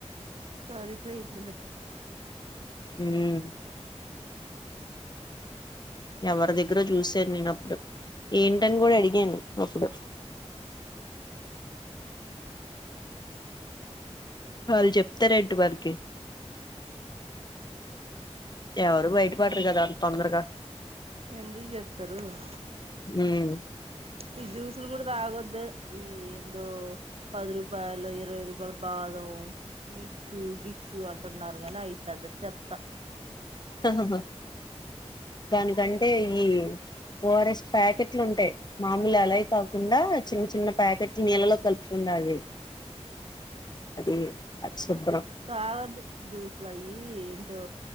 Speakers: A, on the right; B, on the left.
A: సరిపోయిందిలే
B: హ్మ్ ఎవరి దగ్గర చూశాను నేను అప్పుడు ఏంటని కూడా అడిగాను అప్పుడు
A: హ
B: వాళ్ళు చెప్తారెంట్ వర్కి ఎవరు బయట పాటరు కదా తొందరగా
A: ఎందుకు చెప్తారు
B: హ్మ్
A: ఈ జ్యూస్లు కూడా తగొద్దూ ఈ ఎంద్దో పదు రూపాయలో ఇరవై రూ ఉబ్రభాదం మిక్స్ గిక్సు అంటున్నారు గానీ అయితంద చెత్త
B: హా హా దానికంటే ఈ ఓఆర్ఎస్ ప్యాకెట్లు ఉంటాయి మామూలు అలాయి కాకుండా చిన్న చిన్న ప్యాకెట్లు నీళ్ళలో కలుపుకుండా అదే అది శుభ్రం
A: తాగదు జ్యూస్లయ్యీ టు